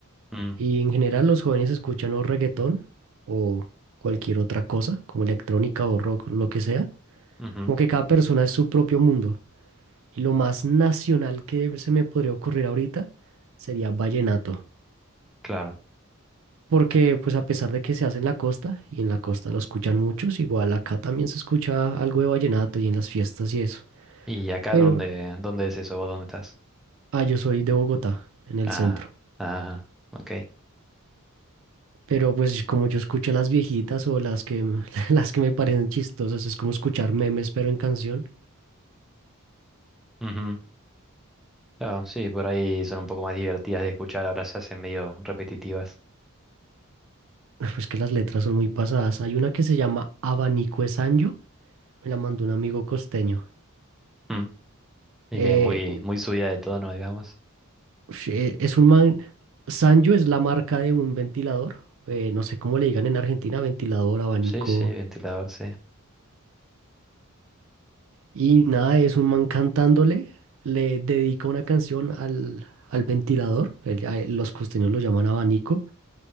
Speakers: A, in the centre; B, on the right.
A: Mm,
B: Y en general los jóvenes escuchan o reggaetón o cualquier otra cosa, como electrónica o rock, lo que sea.
A: ujú,
B: Como que cada persona es su propio mundo. Y lo más nacional que se me podría ocurrir ahorita sería vallenato.
A: claro.
B: Porque pues a pesar de que se hace en la costa, y en la costa lo escuchan muchos, igual acá también se escucha algo de vallenato y en las fiestas y eso.
A: ¿Y acá
B: Pero,
A: dónde, dónde es eso? ¿Vos dónde estás?
B: ah, yo soy de Bogotá, en el
A: Ah,
B: centro.
A: ah, ok.
B: Pero pues como yo escucho a las viejitas o las que, m- <laughs> las que me parecen chistosas, es como escuchar memes pero en canción,
A: Ujú. Claro, sí, por ahí son un poco más divertidas de escuchar, ahora se hacen medio repetitivas.
B: <laughs> pues que las letras son muy pasadas. Hay una que se llama Abanico de Sancho, me la mandó un amigo costeño.
A: Mm. Y
B: eh,
A: que muy, muy subida de tono, digamos.
B: Ush, eh, Es un man, Sanyo es la marca de un ventilador, eh, no sé cómo le digan en Argentina, ventilador, abanico,
A: Sí, sí, ventilador, sí.
B: y nada, es un man cantándole, le dedica una canción al, al ventilador, el- a- los costeños lo llaman abanico,